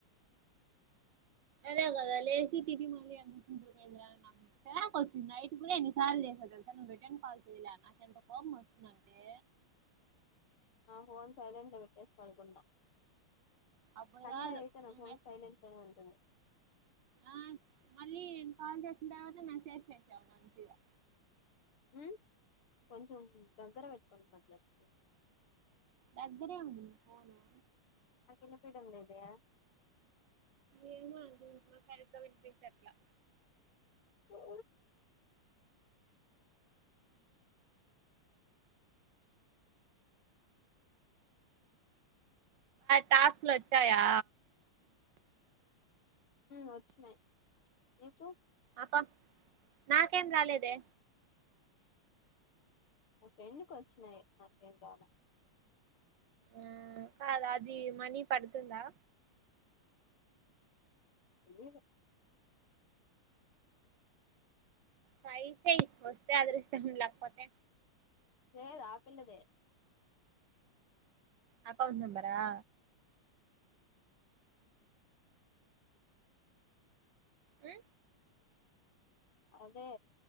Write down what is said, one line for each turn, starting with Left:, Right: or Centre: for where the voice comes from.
Right: అదే కదా లేచ తి మళ్ళీ అేంద నాకురాక్ వచ్చింది నైట్ కూడా ఎన్ని సార్లు చేసా క రిటర్న్ కాల్సలా నాకు ఎంత కోమ వస్తుందింటే
Left: ఆ ఫోన్ సైలెంట్ పెట్టేసి పడుకుందా
Right: అప్పుడు
Left: సన్నే
Right: కాదు
Left: అయితే
Right: నువ్వు
Left: నా ఫోన్
Right: మె
Left: సైలెంట్నే ఉంటంటంది
Right: ఆ మళ్ళీ కాల్ చేసిన తర్వాత మెసేజ్ చేసాము మంచిగా
Left: ఉ కొంచెం దగ్గర పెట్టుకని మాట్లాడుకో
Right: దగ్గరే ఉంది పోను
Left: కి పీడం లేదయా
Right: ఏను అ సరిగా వినిపందిట్లా
Left: ఓ
Right: టాస్క్ లో వచ్చాయా
Left: వచ్చినాయి నికు
Right: అ నాకేం రాలేదే
Left: ఆ ఫ్రెండ్కి వచ్చినాయి నాకేం రాను
Right: ఆ కాద అది మనీ పడుతుందా
Left: ఇ
Right: కాయి స వస్త ఆ దృష్లాకపోతే
Left: సే సా ఆపిలదే
Right: అకౌంట్ నంబరా ఏ
Left: అదే